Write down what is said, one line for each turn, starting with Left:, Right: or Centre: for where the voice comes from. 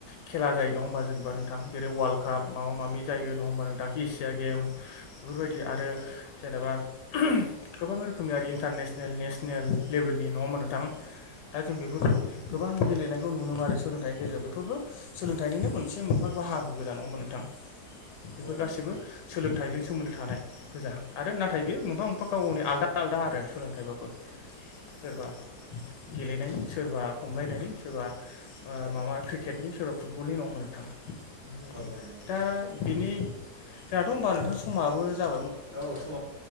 Left: खेला जायो नङा होमबा जेनेबा नोंथां जेरै वाल्ड काप माबा माबि जायो नङा होमबा नोंथां एसिया गेम बेफोरबायदि आरो
Right: गोबां
Left: जेनेबा जेनेबा गोबां रोखोम खोमआरि इन्टारनेसनेल नेसनेल लेभेलनि नङा होमबा नोंथां दा जों बेफोरखौ गोबां गेलेनाय खौ नुनो मोनो आरो सोलोंथाइनि गेजेराव बेफोरबो सोलोंथाइनिनो मोनसे बाहागो गोजा नङा होमब नोंथां? बेफोर
Right: नोंथां
Left: गासिबो सोलोंथाइजों सोमोन्दो थानाय। गोजा आरो नाथाय बेयो मोनफा मोनफा
Right: आरो
Left: गाव गावनि आलदा आलदा आरो सोलोंथाइबाबो सोरबा गेलेनायनि सोरबा खमलायनायनि सोरबा
Right: सोरबा
Left: ओ माबा क्रिकेटनि सोरबा फुटबलनि होमबा नोंथां बेफोरबायदि
Right: जोंहाथ'
Left: दा बेनि जोंहाथ' नोंथां समाबो जाबाय।
Right: औ